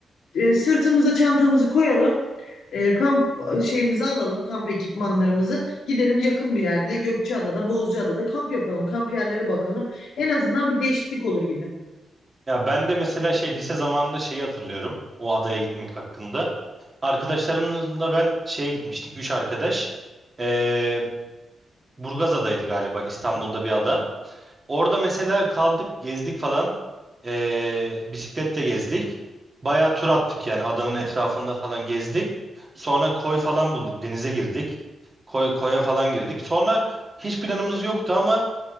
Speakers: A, on the left; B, on the right.
A: e, sırtımıza çantamızı koyalım. E, kamp şeyimizi alalım, kamp ekipmanlarımızı. Gidelim yakın bir yerde Gökçeada'da, Bozcaada'da kamp yapalım. Kamp yerleri bakalım. En azından bir değişiklik olur gibi.
B: Ya ben de mesela şey lise zamanında şeyi hatırlıyorum. O adaya gitmek hakkında. Arkadaşlarımla ben şeye gitmiştik. Üç arkadaş. Ee, Burgazada'ydı galiba İstanbul'da bir ada. Orada mesela kaldık, gezdik falan. Ee, bisikletle gezdik. Bayağı tur attık yani adanın etrafında falan gezdik. Sonra koy falan bulduk, denize girdik. Koy, koya falan girdik. Sonra hiç planımız yoktu ama